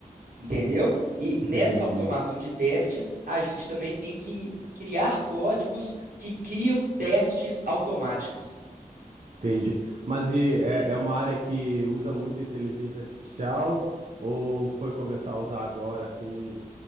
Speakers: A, on the right; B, on the right.
A: entendeu? E
B: Entendi.
A: nessa automação de testes, a gente também tem que criar códigos que criam testes automáticos.
B: Entendi. Mas e é, é uma área que usa muito inteligência artificial ou foi começar a usar agora, assim,